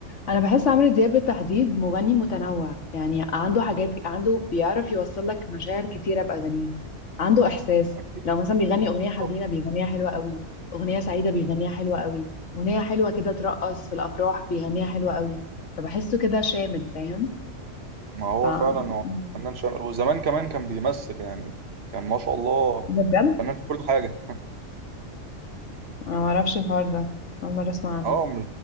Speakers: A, on the left (about 70°); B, on the right (about 60°).
A: انا بحس عمرو دياب بالتحديد مغني متنوع يعني عنده حاجات عنده بيعرف يوصل لك مشاعر كتيره باغانيه عنده احساس
B: أكيد
A: لو مثلا بيغني اغنيه حزينه
B: طب
A: بيغنيها حلوه قوي اغنيه سعيده بيغنيها حلوه قوي اغنيه حلوه كده ترقص في الافراح بيغنيها حلوه قوي فبحسه كده شامل فاهم
B: ما هو
A: ف مم.
B: فعلا هو فنان شامل وزمان كمان كان بيمثل يعني كان ما شاء الله
A: ده بجد
B: فنان في كل حاجة
A: انا ما اعرفش الحوار ده اول مره اسمع عنه
B: اه